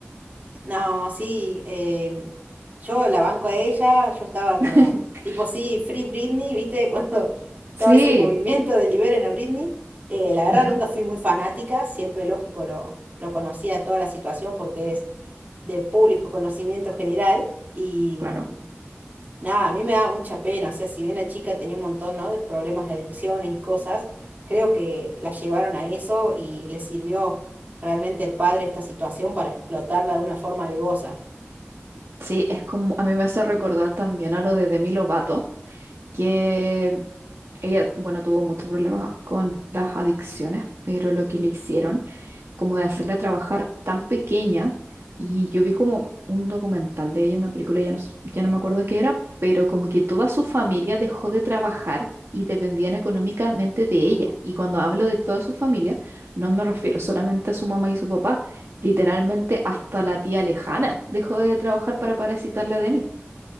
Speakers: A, on the right; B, on the right.
A: No, sí, em, yo la banco a ella, yo estaba como
B: <laughs>
A: tipo, sí, Free Britney, ¿viste? <laughs> Cuando estaba
B: Sí,
A: ese movimiento de liberen a Britney, eh, la verdad
B: ujú,
A: nunca fui muy fanática, siempre lógico lo, lo conocía toda la situación porque es de público conocimiento general y mm,
B: claro.
A: nada, a mí me daba mucha pena, o sea, si bien la chica tenía un montón, ¿no? de problemas de adicciones y cosas, creo que la llevaron a eso y le sirvió realmente al padre esta situación para explotarla de una forma alevosa.
B: Sí, es como, a mí me hace recordar también a lo de Demi Lovato, que ella, bueno, tuvo muchos problemas con las adicciones, pero lo que le hicieron como de hacerla trabajar tan pequeña. Y yo vi como un documental de ella, una película, ya no, s- ya no me acuerdo qué era, pero como que toda su familia dejó de trabajar y dependían económicamente de ella. Y cuando hablo de toda su familia, no me refiero solamente a su mamá y su papá, literalmente hasta la tía lejana dejó de trabajar para parasitarla de mí.